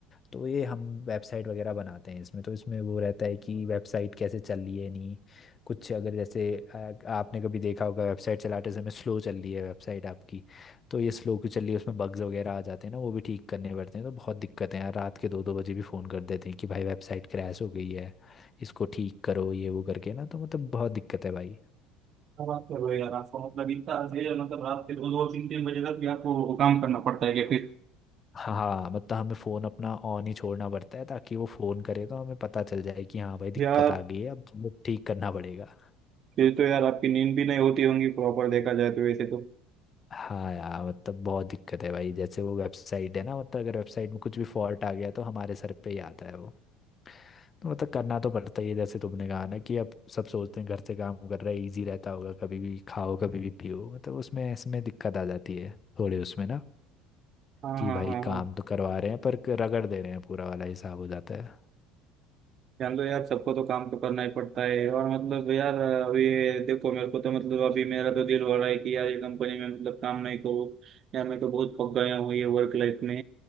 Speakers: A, on the left; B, on the right.
A: तो ये हम वेबसाइट वगैरह बनाते हैं इसमें तो इसमें वो रहता है कि वेबसाइट कैसे चल रही है नहीं कुछ अगर जैसे आ, आपने कभी देखा होगा वेबसाइट चलाते समय स्लो चल रही है वेबसाइट आपकी तो ये स्लो क्यों चल रही है उसमें बग्स वगैरह आ जाते हैं ना वो भी ठीक करने पड़ते हैं तो बहुत दिक्कतें हैं रात के दो दो बजे भी फ़ोन कर देते हैं कि भाई वेबसाइट क्रैश हो गई है इसको ठीक करो ये वो करके ना तो मतलब बहुत दिक्कत है भाई
B: क्या बात कर रहे हो यार आपको मतलब इतना है, मतलब रात के दो दो तीन तीन बजे तक भी आपको वो काम करना पड़ता है क्या फिर
A: हाँ मतलब हमें फ़ोन अपना ऑन ही छोड़ना पड़ता है ताकि वो फ़ोन करे तो हमें पता चल जाए कि हाँ भाई दिक्कत
B: यार
A: आ गई है अब हमें ठीक करना पड़ेगा
B: फिर तो यार आपकी नींद भी नहीं होती होंगी प्रॉपर देखा जाए तो वैसे तो
A: हाँ यार मतलब बहुत दिक्कत है भाई जैसे वो वेबसाइट है ना मतलब अगर वेबसाइट में कुछ भी फॉल्ट आ गया तो हमारे सर पे ही आता है वो तो मतलब करना तो पड़ता ही है जैसे तुमने कहा ना कि अब सब सोचते हैं घर से काम कर रहे हैं इजी रहता होगा कभी भी खाओ कभी भी पियो मतलब उसमें इसमें दिक्कत आ जाती है थोड़े उसमें ना
B: हाँ
A: कि
B: हाँ
A: भाई
B: हाँ
A: काम
B: हाँ
A: तो करवा रहे हैं पर रगड़ दे रहे हैं पूरा वाला हिसाब हो जाता है
B: जान लो यार सबको तो काम तो करना ही पड़ता है और मतलब यार अभी देखो मेरे को तो मतलब अभी मेरा तो दिल हो रहा है कि यार ये कंपनी में मतलब काम नहीं करूँ यार मैं तो बहुत पक गया हूँ ये वर्क लाइफ में